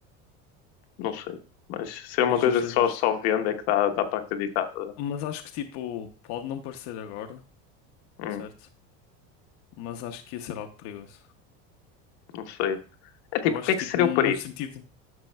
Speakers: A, on the left; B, on the left.
A: não sei. Mas se é uma
B: É justo,
A: coisa que só,
B: é justo.
A: só vendo é que dá, dá para acreditar, estás a ver?
B: Mas acho que, tipo, pode não parecer agora,
A: Hum,
B: certo? Mas acho que ia ser algo perigoso.
A: não sei. É tipo,
B: Eu acho
A: o que
B: que,
A: é que seria
B: tipo, num,
A: o perigo?
B: num sentido